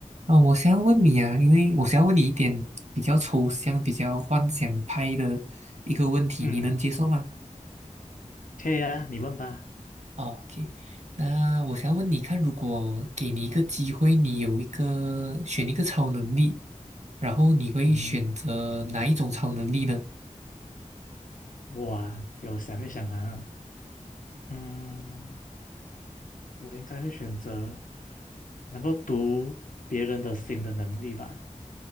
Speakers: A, on the right; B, on the left.
A: 啊，我想要问你啊，因为我想要问你一点比较抽象、比较幻想派的一个问题，
B: 嗯，
A: 你能接受吗？
B: 可以啊，你问吧。
A: 哦，OK，那我想要问你看，如果给你一个机会，你有一个选一个超能力，然后你会选择哪一种超能力呢？
B: 嗯，我啊，有想一想啊，嗯，我应该会选择能够读别人的心的能力吧。